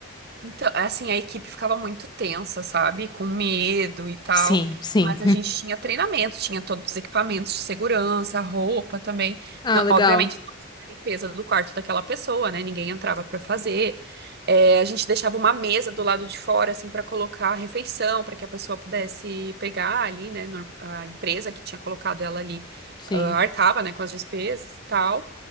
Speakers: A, on the right; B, on the left.
A: Então, é assim, a equipe ficava muito tensa, sabe? Com medo e tal.
B: Sim, sim.
A: Mas a gente tinha treinamento, tinha todos os equipamentos de segurança, roupa também.
B: Ah,
A: Não,
B: legal.
A: obviamente, não tinha limpeza do quarto daquela pessoa, né? Ninguém entrava pra fazer. É, a gente deixava uma mesa do lado de fora, assim, pra colocar a refeição, pra que a pessoa pudesse pegar ali, né? nor- A empresa que tinha colocado ela ali,
B: Sim.
A: ah, arcava, né, com as despesas e tal.